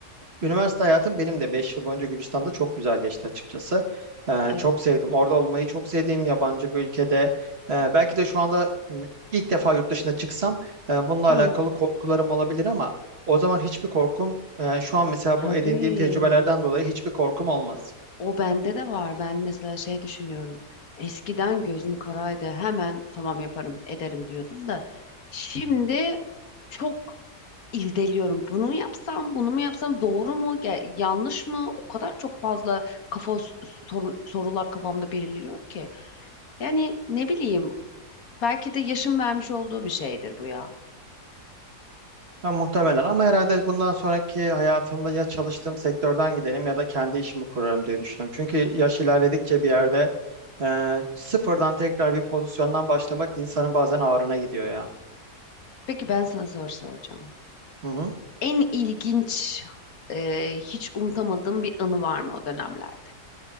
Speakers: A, on the right; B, on the left.
A: e, üniversite hayatım benim de 5 yıl boyunca Gürcistan'da çok güzel geçti açıkçası. Ee,
B: <laughs> Evet.
A: çok sevdim. Orada olmayı çok sevdiğim yabancı bir ülkede. Ee, belki de şu anda m- ilk defa yurt dışına çıksam e, bununla alakalı
B: Hı,
A: korkularım olabilir ama o zaman hiçbir korkum, e, şu an mesela
B: tabii.
A: bu edindiğim tecrübelerden dolayı hiçbir korkum olmaz.
B: O bende de var. Ben mesela şey düşünüyorum. Eskiden gözüm karaydı. Hemen tamam yaparım, ederim diyordum da şimdi çok irdeliyorum. Bunu mu yapsam, bunu mu yapsam, doğru mu, ge- yanlış mı? O kadar çok fazla kafa s- soru- sorular kafamda belirliyor ki. Yani ne bileyim, belki de yaşım vermiş olduğu bir şeydir bu ya.
A: Ha, muhtemelen ama herhalde bundan sonraki hayatımda ya çalıştığım sektörden giderim ya da kendi işimi kurarım diye düşünüyorum. Çünkü yaş ilerledikçe bir yerde e, sıfırdan tekrar bir pozisyondan başlamak insanın bazen ağrına gidiyor ya.
B: Peki ben sana soru soracağım.
A: Hı hı.
B: En ilginç, e, hiç unutamadığım bir anı var mı o dönemler?